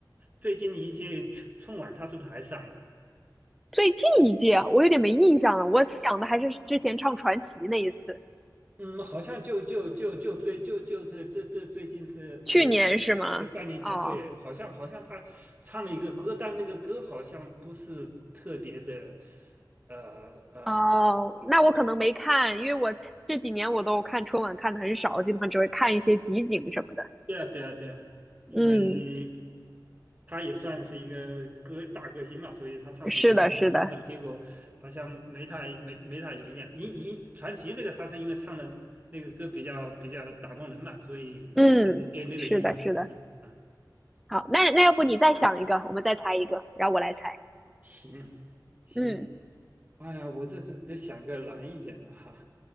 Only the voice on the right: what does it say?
最近一届春春晚，她是不是还上了？
嗯，好像就就就就最就就这这这最近是是，
就半年前，
对，好像好像他唱了一个歌，但那个歌好像不是特别的，呃呃
呃。
对啊，对啊，对啊，因为
他也算是一个歌大歌星嘛，所以他唱什么歌你看一下，
结果好像没太没没太有一点。因因传奇那个他是因为唱的那个歌比较比较打动人嘛，所以他就对那个印象比较深啊。
行行，
哎呀，我这次得想个难一点的哈